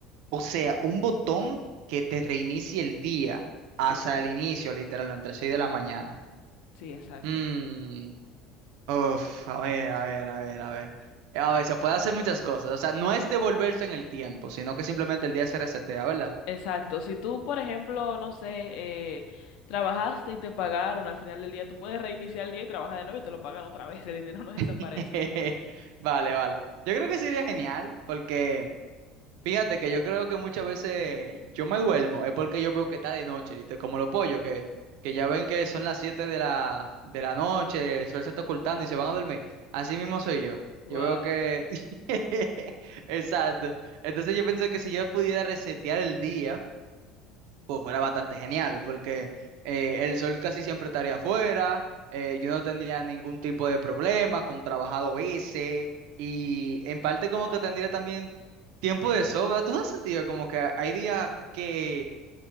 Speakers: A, on the right (about 70°); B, on the left (about 65°).
A: O sea, un botón que te reinicie el día
B: Sí.
A: hasta el inicio, literalmente, entre 6 de la mañana.
B: Sí, exacto.
A: Mmm. Uf, a ver, a ver, a ver, a ver. A ver, se puede hacer muchas cosas. O sea, no es devolverse en el tiempo, sino que simplemente el día se resetea, ¿verdad?
B: Exacto. Si tú, por ejemplo, no sé, eh, trabajaste y te pagaron al final del día, tú puedes reiniciar el día y trabajar de nuevo y te lo pagan otra vez. <laughs> El dinero no desaparece.
A: <laughs> Vale, vale. Yo creo que sería genial, porque fíjate que yo creo que muchas veces yo me duermo, es porque yo veo que está de noche, ¿viste? Como los pollos, que, que ya ven que son las 7 de la, de la noche, el sol se está ocultando y se van a dormir. Así mismo soy yo.
B: Wow.
A: Yo veo que... <laughs> Exacto. Entonces yo pienso que si yo pudiera resetear el día pues fuera bastante genial, porque eh, el sol casi siempre estaría afuera, eh, yo no tendría ningún tipo de problema con trabajado ese, y en parte como que tendría también tiempo de sobra. ¿Tú no has sentido como que hay días que